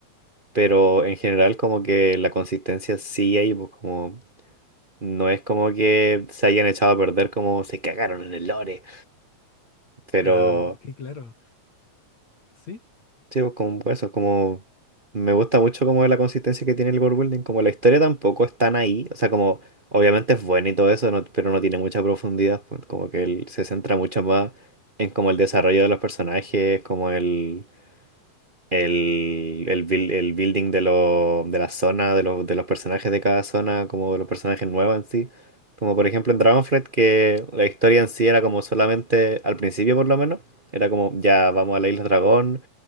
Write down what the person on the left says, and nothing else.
Ah, que claro, sí.